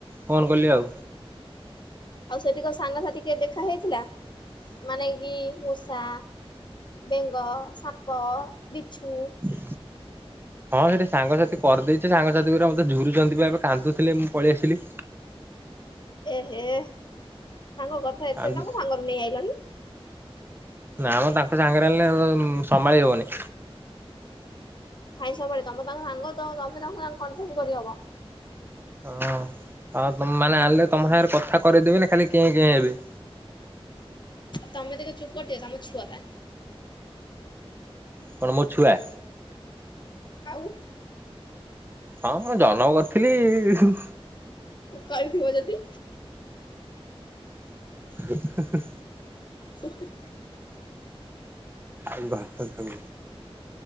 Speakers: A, on the right; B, on the left.
A: ଫୋନ୍ କଲି ଆଉ
B: ଆଉ ସେଠିକ ସାଙ୍ଗସାଥି କିଏ ଦେଖା ହେଇଥିଲା ମାନେ କି ମୂଷା ବେଙ୍ଗ ସାପ ବିଛୁ
A: ହ ହଁ ସେଇଠି ସାଙ୍ଗସାଥି କରିଦେଇଛି ସାଙ୍ଗସାଥି ଗୁରା ମତେ ଝୁରୁଛନ୍ତି ବା ଏବେ କାନ୍ଦୁଥିଲେ ମୁଁ ପଳେଇ ଆସିଲି
B: ଏହେ ତାଙ୍କ କଥା ଏତେ
A: କାନ୍ଦୁ
B: ତାଙ୍କୁ ସାଙ୍ଗରେ ନେଇ ଆଇଲନି
A: ନା ମ ତାଙ୍କ ସାଙ୍ଗରେ ଆଣିଲେ ସମ୍ଭାଳି ହବନି
B: କାଇଁ ସବାରେ ତମେ ତାଙ୍କ ସାଙ୍ଗ ତମେ ତାଙ୍କୁ କଣ୍ଟ୍ରୋଲ କରିହବ
A: ହଁ ଆଉ ମାନେ ଆଣିଲେ ତମ ସାଙ୍ଗରେ କଥା କରିଦେବି ନା ଖାଲି କେ କେ ହେବି
B: ତମେ ଦେଖ ଚୁଟ୍ କରିଦଅ ତମ ଛୁଆ ପା
A: କଣ ମୋ ଛୁଆ
B: ଆଉ
A: ହଁଁ ମୁ ଜନମ କରିଥିଲି
B: କରି ଥିବ ଯଦି
A: ହେ ହେ
B: ହେ ହେ
A: ଆଉ ଭାତ ଖା